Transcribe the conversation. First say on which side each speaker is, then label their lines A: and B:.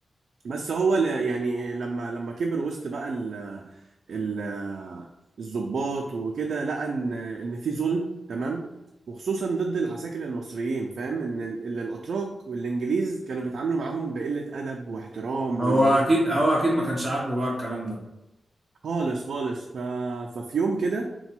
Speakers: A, on the right; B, on the right.
A: بس هو ل- يعني لما لما كبر وسط بقى ال ال الضباط وكده لقى ان ان في ظلم تمام وخصوصا ضد العساكر المصريين فاهم ان ال- ال- الاتراك والانجليز كانوا بيتعاملوا معاهم بقلة ادب واحترام
B: هو
A: والموضوع
B: اكيد
A: كان
B: هو
A: وحش
B: اكيد ما كانش عاجبه بقى الكلام ده
A: خالص خالص ف... ففي يوم كده